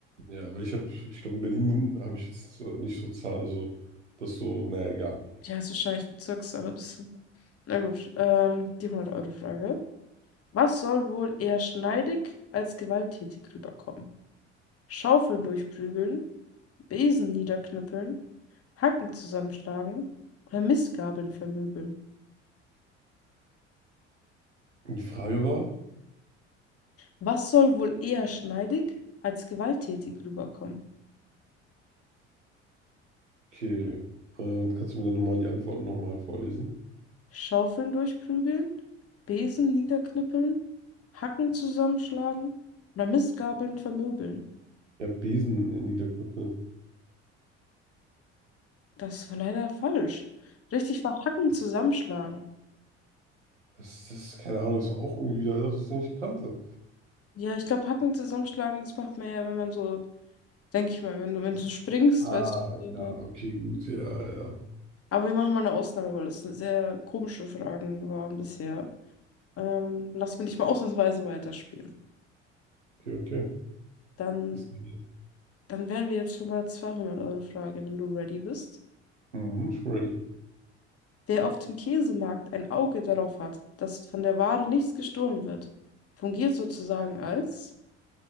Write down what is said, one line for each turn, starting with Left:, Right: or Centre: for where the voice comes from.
Right: Ja, weil ich habe, ich glaube, in Berlin habe ich jetzt äh, nicht so Zahlen, also das so, naja, egal.
Left: Ja, ist wahrscheinlich Bezirkssache ein bisschen. Na gut, ähm, die 100-Euro-Frage. Was soll wohl eher schneidig als gewalttätig rüberkommen? Schaufeln durchprügeln, Besen niederknüppeln, Hacken zusammenschlagen oder Mistgabeln vermöbeln?
Right: Und die Frage war,
Left: Was soll wohl eher schneidig als gewalttätig rüberkommen?
Right: okay, äh, kannst du mir dann nochmal die Antworten nochmal vorlesen?
Left: Schaufeln durchprügeln, Besen niederknüppeln, Hacken zusammenschlagen oder Mistgabeln vermöbeln.
Right: Ja, Besen in Niederknüppel.
Left: Das war leider falsch. Richtig war Hacken zusammenschlagen.
Right: Das, das ist, keine Ahnung, ist doch auch irgendwie wieder das, was ich nicht kannte.
Left: Ja, ich glaube, Hacken zusammenschlagen, das macht man ja, wenn man so, denke ich mal, wenn du, wenn du springst,
Right: Ah,
Left: weißt du. und dann,
Right: ja,
Left: äh,
Right: okay, gut, ja, ja.
Left: Aber wir machen mal eine Ausnahme, weil das eine sehr komische Fragen waren bisher. Ähm, lass mich nicht mal ausnahmsweise weiterspielen.
Right: Okay, okay.
Left: Dann,
Right: Hast du ready?
Left: dann wären wir jetzt schon bei der 200-Euro-Frage, wenn du ready bist.
Right: Mhm, ich bin ready.
Left: Wer auf dem Käsemarkt ein Auge darauf hat, dass von der Ware nichts gestohlen wird, fungiert sozusagen als